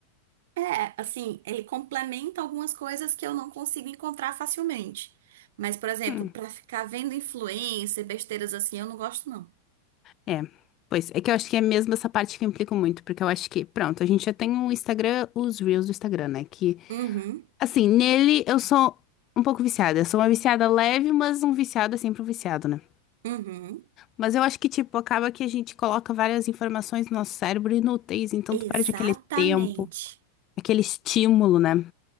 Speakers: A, on the right (about 55°); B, on the left (about 35°).
A: É, assim, ele complementa algumas coisas que eu não consigo encontrar facilmente. Mas, por exemplo,
B: Hum,
A: para ficar vendo influencer, besteiras assim, eu não gosto, não.
B: é. Pois, é que eu acho que é mesmo essa parte que eu implico muito, porque eu acho que, pronto, a gente já tem o Instagram, os Reels do Instagram, né? Que,
A: Uhum,
B: assim, nele eu sou um pouco viciada. Eu sou uma viciada leve, mas um viciado é sempre um viciado, né?
A: uhum.
B: Mas eu acho que, tipo, acaba que a gente coloca várias informações no nosso cérebro inúteis, então tu
A: Exatamente.
B: perde aquele tempo, aquele estímulo, né?